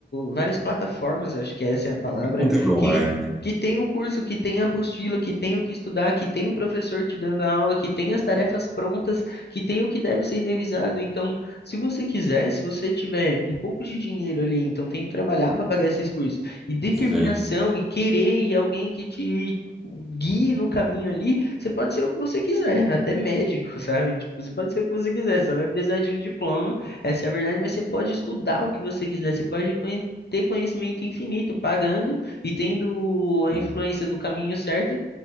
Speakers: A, on the left; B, in the centre.
A: várias plataformas, acho que essa é a palavra,
B: Muito conteúdo
A: que
B: online, né?
A: que tem o curso, que tem a apostila, que tem o que estudar, que tem o professor te dando a aula, que tem as tarefas prontas, que tem o que deve ser revisado. Então, se você quiser, se você tiver um pouco de dinheiro ali, então tem que trabalhar para pagar esses cursos. E determinação
B: Sim.
A: e querer e alguém que te guie no caminho ali, você pode ser o que você quiser, até médico, <laughs> sabe? Tipo, você pode ser o que você quiser, você vai precisar de um diploma, essa é a verdade, mas você pode estudar o que você quiser, você pode conhe- ter conhecimento infinito pagando e tendo a
B: Sim.
A: influência do caminho certo,